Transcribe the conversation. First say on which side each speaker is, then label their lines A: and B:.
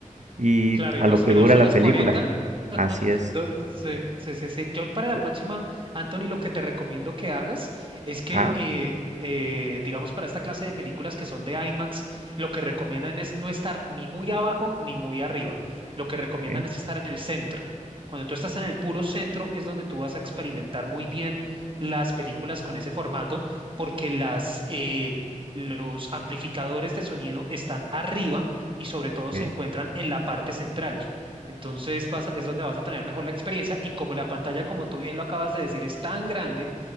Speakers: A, on the right (about 60°); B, on the right (about 40°).
A: y
B: Claro,
A: a
B: y dos,
A: lo que
B: y
A: dura
B: dos horas
A: la película,
B: cuarenta
A: así es.
B: No, sí, sí, sí, sí. Yo para la
A: Eh,
B: próxima, Anthony, lo que te recomiendo que hagas es que,
A: Ah,
B: eh, eh, digamos, para esta clase de películas que son de IMAX, lo que recomiendan es no estar ni muy abajo ni muy arriba. Lo que recomiendan
A: ok,
B: es estar en el centro. Cuando tú estás en el puro centro es donde tú vas a experimentar muy bien las películas con ese formato, porque las, eh, los amplificadores de sonido están arriba y sobre todo
A: ok,
B: se encuentran en la parte central. Entonces vas a- es donde vas a tener mejor la experiencia y como la pantalla, como tú bien lo acabas de decir, es tan grande,